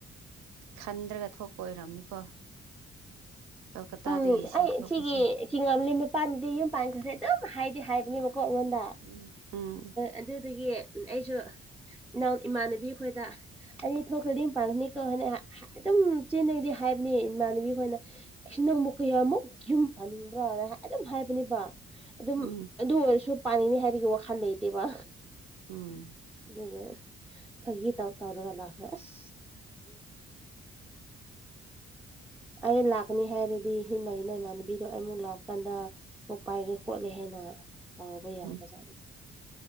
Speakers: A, on the right (about 65°); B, in the centre.
A: ꯈꯟꯗ꯭ꯔꯒ ꯊꯣꯛꯄ ꯑꯣꯏꯔꯝꯅꯤꯀꯣ ꯀꯜꯀꯇꯥꯗꯒꯤ
B: ꯎꯝ
A: ꯁꯤ
B: ꯑꯩ
A: ꯊꯣꯛꯄꯁꯦ
B: ꯁꯤꯒꯤ ꯆꯤꯉꯝꯂꯤ ꯃꯄꯥꯅꯗꯤ ꯌꯨꯝ ꯄꯥꯟꯈ꯭ꯔꯁꯦ ꯑꯗꯨꯝ ꯍꯥꯏꯗꯤ ꯍꯥꯏꯕꯅꯦꯕꯀꯣ ꯑꯩꯉꯣꯟꯗ
A: ꯎꯝ ꯎꯝ
B: ꯑꯗꯨꯗꯒꯤ ꯑꯩꯁꯨ ꯏꯅꯥꯎ ꯏꯃꯥꯟꯅꯕꯤ ꯈꯣꯏꯗ ꯑꯩꯒꯤ ꯊꯣꯛꯈ꯭ꯔꯗꯤ ꯌꯨꯝ ꯄꯥꯡꯒꯅꯤ ꯀꫭ ꯍꯥꯏꯅ ꯑꯗꯨꯝ ꯆꯤꯟꯗꯗꯤ ꯍꯥꯏꯕꯅꯦ ꯏꯃꯥꯟꯅꯕꯤ ꯃꫭꯏꯅ ꯅꯪꯕꯨ ꯀꯌꯥꯃꯨꯛ ꯌꯨꯝ ꯄꯥꯅꯤꯡꯕ꯭ꯔꯣꯅ ꯑꯗꯨꯝ ꯍꯥꯏꯕꯅꯦꯕ ꯑꯗꯨꯝ
A: ꯎꯝ
B: ꯑꯗꯨ ꯑꯣꯏꯔꯁꯨ ꯄꯥꯅꯤꯡꯅꯤ ꯍꯥꯏꯕꯒꯤ ꯋꯥꯈꯜ ꯂꯩꯇꯦꯕ
A: ꯎꯝ
B: ꯑꯗꯨꯒ ꯐꯥꯒꯤ ꯇꯧ ꯇꯧꯔꯒ ꯂꯥꯛꯈ꯭ꯔꯦ ꯑꯁ ꯑꯩ ꯂꯥꯛꯀꯅꯤ ꯍꯥꯏꯔꯗꯤ ꯍꯟꯅ ꯂꯩꯩꯅ ꯏꯃꯥꯟꯅꯕꯤꯗꯣ ꯑꯩ ꯑꯃꯨꯛ ꯂꯥꯛꯀꯥꯟꯗ ꯀꫭꯛ ꯄꯥꯏꯒꯦ ꯈꯣꯠꯂꯦ ꯍꯥꯏꯅ ꯇꯥꯎꯕ ꯌꯥꯕꯖꯥꯠꯅꯤ
A: ꯎꯝ